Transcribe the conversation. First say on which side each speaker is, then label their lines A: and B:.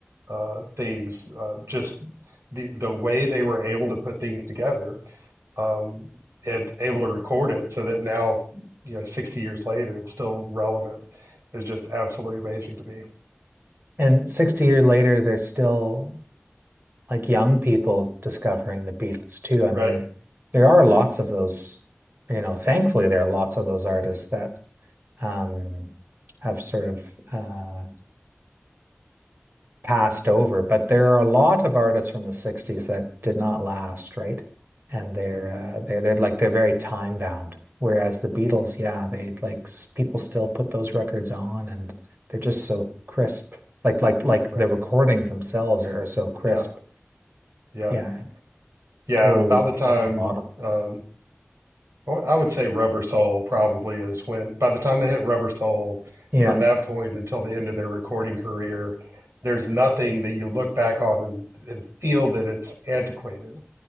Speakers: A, on the right; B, on the right.
A: uh, things, uh, just the the way they were able to put things together um, and able to record it, so that now you know, 60 years later, it's still relevant, is just absolutely amazing to me.
B: And 60 years later, there's still like young people discovering the Beatles too. I
A: Right.
B: mean, there are lots of those, you know, thankfully there are lots of those artists that um have sort of uh passed over, but there are a lot of artists from the 60s that did not last, right? And they're
A: Mm-hmm.
B: uh, they're they're like they're very time bound. Whereas the Beatles, yeah, they like s- people still put those records on and they're just so crisp. Like like like the
A: Right.
B: recordings themselves are, are so crisp.
A: Yeah. Yeah.
B: Yeah,
A: Yeah.
B: total
A: About the
B: nothing
A: time,
B: in the bottom.
A: um, I would say Rubber Soul probably is when, by the time they hit Rubber Soul,
B: Yeah.
A: from that point until the end of their recording career, there's nothing that you look back on and, and feel that it's antiquated.